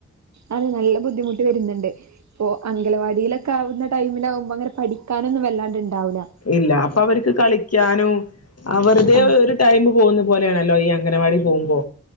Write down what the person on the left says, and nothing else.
ഇല്ല അപ്പൊ അവർക്ക് കളിക്കാനും വറതെ
ഒരു ടൈം പോകുന്ന പോലെയണല്ലോ ഈ അംഗനവാടി പോകുമ്പോ